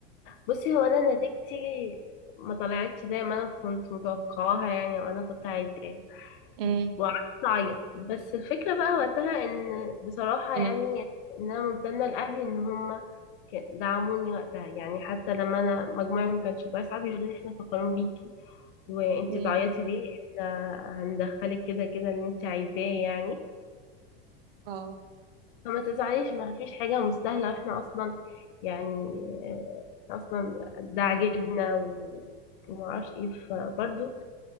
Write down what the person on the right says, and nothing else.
امم
امم
امم
اه